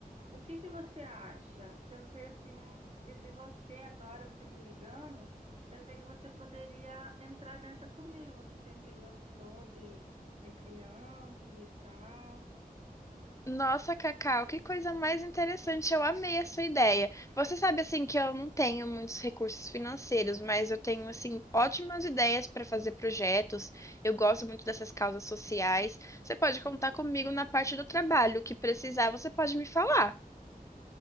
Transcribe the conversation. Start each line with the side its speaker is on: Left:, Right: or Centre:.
Right: O que que você acha? Pensei assim, de de você agora, você me ligando, pensei que você poderia entrar nessa comigo. Você sempre gostou de, de crianças e tal.
Left: Nossa, Cacau, que coisa mais interessante. Eu amei a sua ideia. Você sabe assim que eu não tenho muitos recursos financeiros, mas eu tenho assim ótimas ideias para fazer projetos. Eu gosto muito dessas causas sociais. Você pode contar comigo na parte do trabalho, o que precisar, você pode me falar.